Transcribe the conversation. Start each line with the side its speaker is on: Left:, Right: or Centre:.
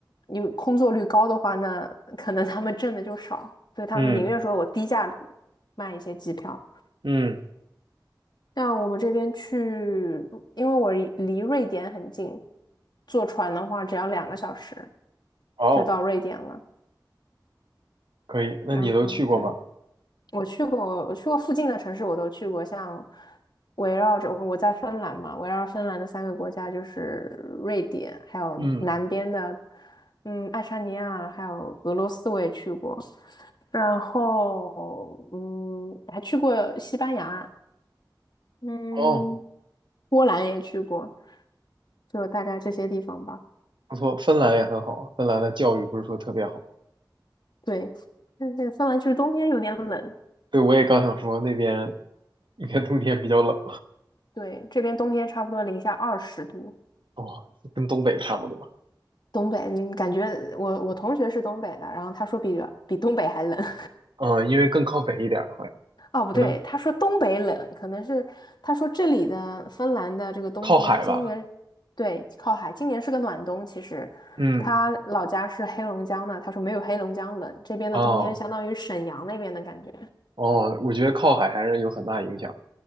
Left: 你空座率高的话，那可能他们挣的就少，所以他们宁愿说我低价
Right: 嗯
Left: 卖一些机票。
Right: 嗯，
Left: 像我们这边去，因为我离离瑞典很近，坐船的话只要两个小时
Right: 哦，
Left: 就到瑞典了。
Right: 可以，那你都去过吗？
Left: 然后对。我去过，我去过附近的城市，我都去过。像围绕着我在芬兰嘛，围绕芬兰的三个国家就是瑞典，还有南边的
Right: 嗯，
Left: 嗯爱沙尼亚，还有俄罗斯，我也去过。然后嗯，还去过西班牙，嗯，
Right: 哦，
Left: 波兰也去过，就大概这些地方吧。
Right: 不错，芬兰也很好啊，芬兰的教育不是说特别好。
Left: 对，但是芬兰就是冬天有点冷，
Right: 对，我也刚想说那边你看冬天比较冷，
Left: 对，这边冬天差不多零下二十度。
Right: 哇，跟东北差不多。
Left: 东北，嗯，感觉我我同学是东北的，然后他说比比东北还冷。<laughs>
Right: 嗯，因为更靠北一点儿，好像
Left: 哦，不对，
Right: 可能
Left: 他说东北冷，可能是他说这里的芬兰的这个冬天，
Right: 靠海吧。
Left: 今年对靠海，今年是个暖冬。其实他老家是黑龙江的，
Right: 嗯。
Left: 他说没有黑龙江冷，这边的冬天相当于沈阳那边的感觉。
Right: 哦哦，我觉得靠海还是有很大影响的，